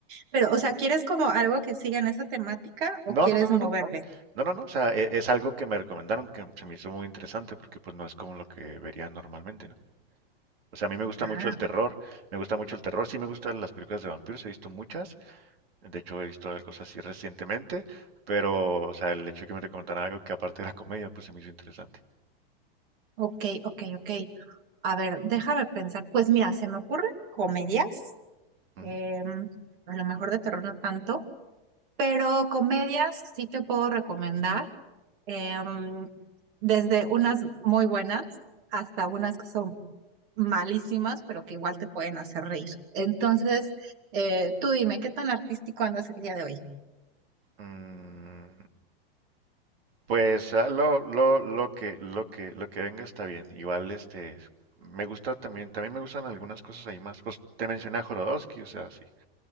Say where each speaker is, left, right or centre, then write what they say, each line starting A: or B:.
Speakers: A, on the right; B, on the right.
A: Pero, o sea, ¿quieres como algo que siga en esa temática o
B: No,
A: quieres
B: no, no, no,
A: moverle?
B: no. No, no, no. O sea, e- es algo que me recomendaron que se me hizo muy interesante porque pues no es como lo que vería normalmente, ¿no? O sea, a mí me gusta
A: Ah,
B: mucho el terror, me gusta mucho el terror, sí me gustan las películas de vampiros, he visto muchas, de hecho he visto algo así recientemente, pero, o sea, el hecho de que me recomendaran algo que aparte era comedia, pues se me hizo interesante.
A: ok, ok, ok. A ver, déjame pensar. Pues mira, se me ocurren comedias,
B: Ujú.
A: em, a lo mejor de terror no tanto. Pero comedias sí te puedo recomendar, em, desde unas muy buenas hasta unas que son malísimas, pero que igual te pueden hacer reír. Entonces, eh, tú dime, ¿qué tan artístico andas el día de hoy?
B: Mm, pues ah, lo, lo, lo que, lo que, lo que venga está bien. Igual, este, me gusta también, también me gustan algunas cosas ahí más. Pues te mencioné a Jodorowsky o sea, sí,